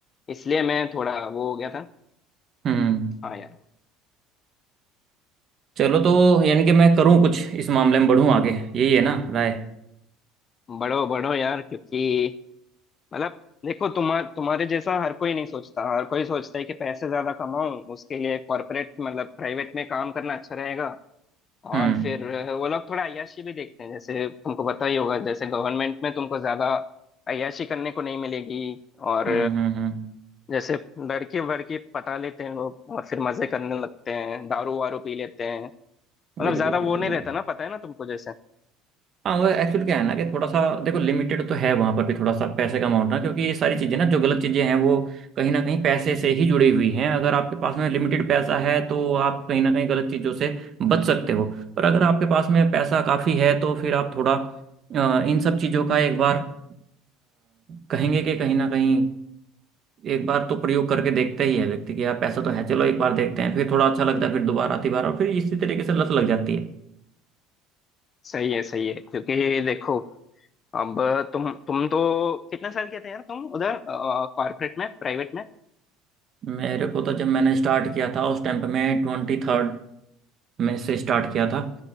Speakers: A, on the left; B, on the right.
A: इसलिए मैं थोड़ा वो हो गया था
B: अच्छा
A: हाँ यार
B: चलो तो यानी कि मैं करूँ कुछ इस मामले में बढ़ूँ आगे यही है ना राय
A: बढ़ो बढ़ो यार क्योंकि मतलब देखो तुम्हार तुम्हारे जैसा हर कोई नहीं सोचता हर कोई सोचता है कि पैसे ज्यादा कमाऊं उसके लिए कॉर्पोरेट मतलब प्राइवेट में काम करना अच्छा रहेगा
B: हम्म
A: और फिर वो लोग थोड़ा अय्याशी भी देखते हैं जैसे तुमको पता ही होगा जैसे गवर्नमेंट में तुमको ज्यादा अय्याशी करने को नहीं मिलेगी और
B: हम्म हम्म हम्म
A: जैसे लड़की वड़की पटा लेते हैं लोग और फिर मजे करने लगते हैं दारू वारू पी लेते हैं मतलब
B: बिल्कुल
A: ज्यादा
B: बिल्कुल
A: वो नहीं
B: बिल्कुल
A: रहता ना पता है ना तुमको जैसे
B: हाँ वो एक्चुअली क्या है ना कि थोड़ा सा देखो लिमिटेड तो है वहाँ पर भी थोड़ा सा पैसे का अमाउंट ना क्योंकि ये सारी चीज़ें ना जो गलत चीज़ें हैं वो कहीं ना कहीं पैसे से ही जुड़ी हुई हैं अगर आपके पास में लिमिटेड पैसा है तो आप कहीं ना कहीं गलत चीज़ों से बच सकते हो पर अगर आपके पास में पैसा काफ़ी है तो फिर आप थोड़ा अ, इन सब चीज़ों का एक बार अ, कहेंगे कि कहीं ना कहीं एक बार तो प्रयोग करके देखता ही है व्यक्ति कि यार पैसा तो है चलो एक बार देखते हैं फिर थोड़ा अच्छा लगता है फिर दोबारा आती बार और फिर इसी तरीके से लत लग जाती है
A: सही है सही है क्योंकि देखो अब तुम तुम तो कितने साल के थे यार तुम उधर कॉर्पोरेट में प्राइवेट में
B: मेरे को तो जब मैंने स्टार्ट किया था उस टाइम पे मैं ट्वेंटी थर्ड में से स्टार्ट किया था